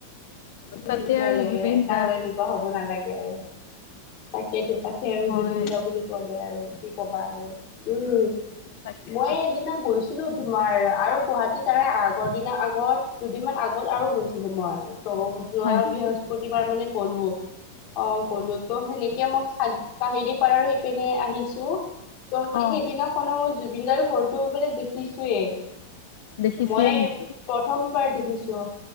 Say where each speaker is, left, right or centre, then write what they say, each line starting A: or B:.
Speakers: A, on the left; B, on the left.
A: বহুত
B: তাতে
A: বেয়া
B: আৰু
A: লাগে
B: জুবিন
A: কাৰো
B: দা
A: এনেকুৱা হ'ব নালাগে আৰু। তাকেইেতো তাতে আৰু
B: হয়
A: জুবিন দা বুলি ক'লে আৰু কি ক'বা আৰু উম।
B: তাকেতো
A: মই একদিনা গৈছো তোমাৰ আৰু গুৱাহাটীত ত আগৰ দিন আগত দুদিন মান আগত আৰু গৈছিলো মই। ত যোৱা
B: হয় নেকি
A: বৃহস্পতিবাৰ মানে গলো অ গ'লো ত' সেনেকে মই কালি কাহিলী পাৰাৰ সি পিনে আহিছো। ত মানে
B: অ
A: সেইদিনাখনেও জুবিন দাৰ ঘৰটো মানে দেখিছোৱেই।
B: দেখিছিলা
A: মই
B: নেকি
A: প্ৰথমবাৰ দেখিছো